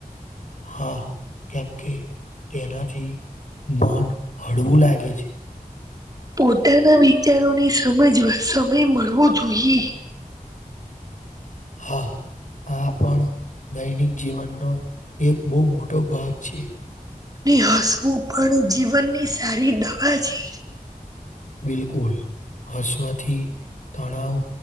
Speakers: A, on the left; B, on the right.
A: હા, કેમ કે તેનાથી મન હળવું લાગે છે
B: પોતાના વિચારોને સમજવા સમય મળવો જોઈએ
A: હા. આ પણ દૈનિક જીવનનો એક બહુ મોટો ભાગ છે
B: હસવું પણ જીવનની સારી દવા છે
A: બિલકુલ હસવાથી તણાવ